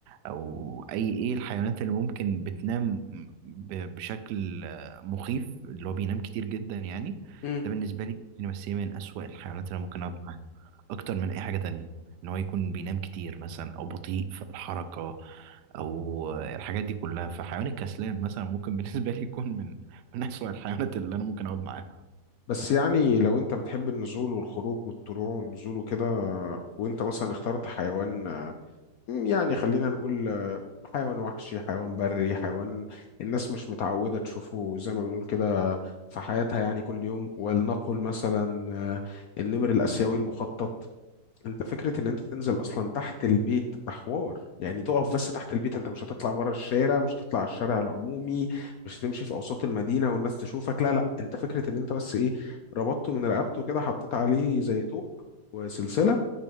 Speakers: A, on the right; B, on the left.
A: أو أي إيه الحيوانات اللي ممكن بتنام ب- بشكل مخيف اللي هو بينام كتير جدا يعني
B: مم.
A: ده بالنسبة لي ممكن يمثلني من أسوأ الحيوانات اللي أنا ممكن أقعد معاها اكتر من اي حاجة تانية ان هو يكون بينام كتير مثلا او بطيء في الحركة او الحاجات دي كلها فحيوان الكسلان مثلا ممكن بالنسبة لي يكون من من اسوأ الحيوانات اللي انا ممكن اقعد معاها
B: بس يعني لو أنت بتحب النزول والخروج والطلوع والنزول وكده وأنت مثلا اخترت حيوان آه، يعني خلينا نقول حيوان وحشي حيوان بري حيوان الناس مش متعودة تشوفه زي ما بنقول كده في حياتها يعني كل يوم ولنقل مثلا آه، النمر الآسيوي المخطط انت فكرة ان انت تنزل اصلا تحت البيت ده حوار يعني تقف بس تحت البيت انت مش هتطلع بره الشارع مش هتطلع على الشارع العمومي مش هتمشي في اوساط المدينة والناس تشوفك لا لا انت فكرة ان انت بس ايه ربطته من رقبته كده حطيت عليه زي طوق وسلسلة